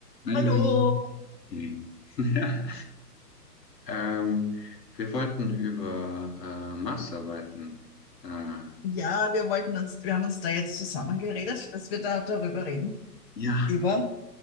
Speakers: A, on the left; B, on the left.
A: Hi, Juri.
B: Hallo.
A: Nee. <laughs> Ähm, wir wollten über äh, Maßarbeiten. Äh,
B: Ja, wir wollten uns, wir haben uns da jetzt zusammengeredet, dass wir da darüber reden.
A: ja,
B: Über,